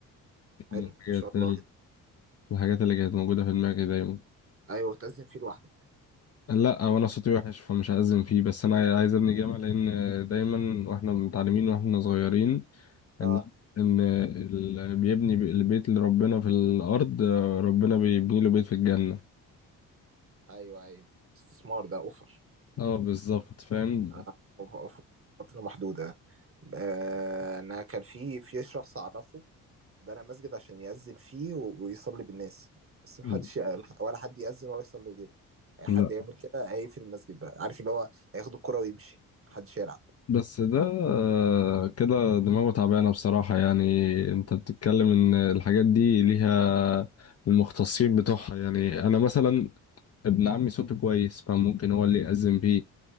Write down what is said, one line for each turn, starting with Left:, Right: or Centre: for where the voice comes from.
Left: من
Right: حلو
Left: الحاجات
Right: ما شاء
Left: ال-
Right: الله
Left: الحاجات اللي كانت موجوده في دماغي دايما
Right: ايوه تزن فيه لوحدك
Left: لا وانا صوتي وحش فمش هأذن فيه بس انا عايز ابني جامع لان دايما واحنا متعلمين واحنا صغيرين
Right: اه
Left: ان ان اللي بيبني البيت لربنا في الارض آه، ربنا بيبني له بيت في الجنه
Right: ايوه ايوه استثمار ده اوفر
Left: اه بالظبط فاهم
Right: آه، ف- فترة محدودة آه، أنا كان في في شخص أعرفه بنى مسجد عشان يأذن فيه و- ويصلي بالناس بس محدش
Left: مم.
Right: يق- ولا حد يأذن ولا يصلي غيره أي
Left: لا
Right: حد يعمل كده هيقفل المسجد بقى عارف اللي هو هياخد الكرة ويمشي محدش يلعب
Left: بس ده آه، كده دماغه تعبانة بصراحة يعني انت بتتكلم ان الحاجات دي ليها المختصين بتوعها يعني انا مثلا ابن عمي صوته كويس فممكن هو اللي يأذن بيه